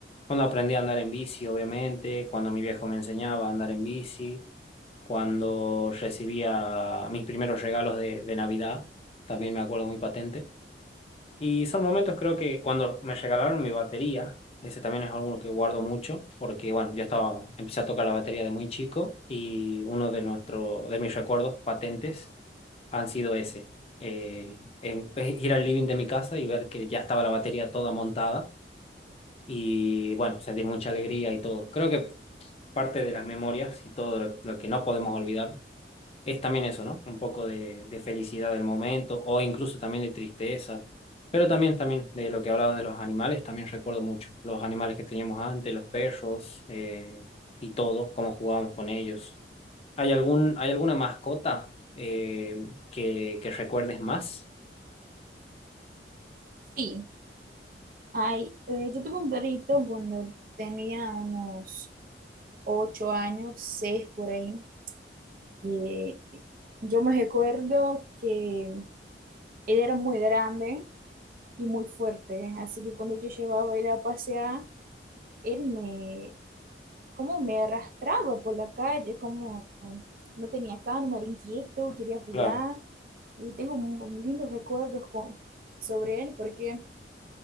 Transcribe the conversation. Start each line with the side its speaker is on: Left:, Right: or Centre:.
Left: cuando aprendí a andar en bici, obviamente, cuando mi viejo me enseñaba a andar en bici, cuando recibía mis primeros regalos de, de Navidad, también me acuerdo muy patente. Y son momentos, creo que cuando me regalaron mi batería, ese también es algo que guardo mucho, porque bueno, yo estaba, empecé a tocar la batería de muy chico y uno de, nuestro, de mis recuerdos patentes han sido ese. Eh, en- es ir al living de mi casa y ver que ya estaba la batería toda montada y bueno, sentir mucha alegría y todo. Creo que parte de las memorias y todo lo, lo que no podemos olvidar es también eso, ¿no? Un poco de, de felicidad del momento o incluso también de tristeza. Pero también, también de lo que hablabas de los animales, también recuerdo mucho los animales que teníamos antes, los perros eh, y todo, cómo jugábamos con ellos. ¿Hay algún, hay alguna mascota eh, que, que recuerdes más?
Right: Sí, Ay, eh, yo tuve un perrito cuando tenía unos ocho años, seis por ahí. Y yo me recuerdo que él era muy grande y muy fuerte, así que cuando yo llevaba a ir a pasear, él me, como me arrastraba por la calle, como no tenía calma, era inquieto, quería jugar.
Left: Claro,
Right: Y tengo un- lindos recuerdos con- sobre él porque